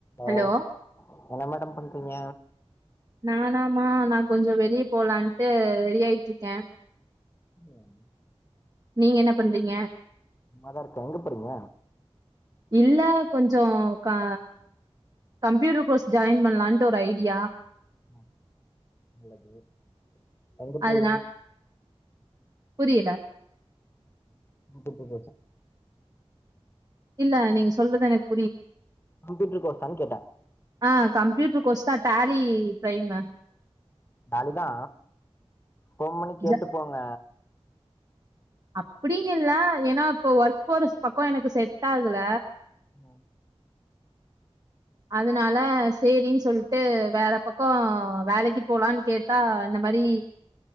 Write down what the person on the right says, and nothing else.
hello
நானாமமா நா கொஞ்ச வெளியே போலான்ட்டு ரெடி ஆயிட்டு இருக்கே
நீங்க என்ன பண்றீங்க
இல்ல கொஞ்ச க கம்ப்யூட்டர் கோர்ஸ் ஜாயின் பண்ணலான்ட்டு ஒரு ஐடியா
அதுனா புரியல
இல்ல நீங்க சொல்றது எனக்
ஆ கம்ப்யூட்டர் கோர்ஷ் தா டரி பிரைம் மம்
ஜ
அப்டின்னு இல்ல ஏன்னா இப்ப ஒர்க் போற பக்கம் எனக்கு செட் ஆகல
அதனால சரின்னு சொல்லிட்டு வேற பக்கம் வேலைக்கு போலான்னு கேட்டா இந்த மாரி